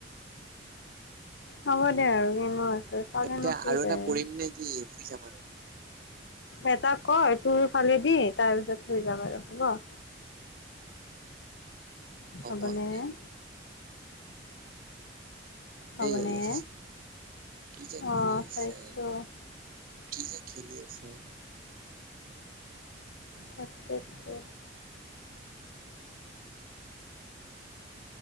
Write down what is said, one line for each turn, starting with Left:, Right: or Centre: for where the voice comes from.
Left: হ'ব দে আৰু কিনে আছে চালেনো
Right: এতিয়া
Left: কি
Right: আৰু
Left: যায়।
Right: এটা কৰিম নে কি শুই যাম আৰু।
Left: এটাক ক তোৰ ফালে দি, তাৰ পিছত থৈ যাম আৰু হ'ব?
Right: হ'ব
Left: হ'বনে
Right: আৰু দে।
Left: হ'বনে
Right: এই আহ এইয়া চাচোন' কি যে কৰি
Left: অঁ
Right: আছে।
Left: চাইছোঁ
Right: কি যে খেলি আছে!
Left: তাকেটো।